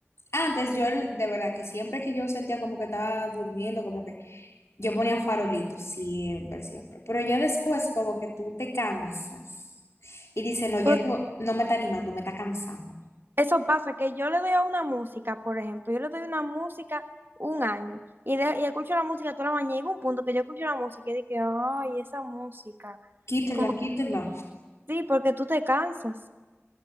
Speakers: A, on the left; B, on the right.
A: antes yo el- de verdad que siempre que yo sentía como que estaba durmiendo, como que yo ponía farolitos, siempre, siempre. Pero ya después como que tú te cansas y dices, no, ya
B: Porque
A: te- no me está animando, me está cansando.
B: eso pasa, que yo le doy a una música, por ejemplo, yo le doy una música un año y, de- y escucho la música toda la mañana y llega un punto que yo escucho la música y dije, ay, esa música.
A: Quítela,
B: Como
A: quítela.
B: que sí, porque tú te cansas.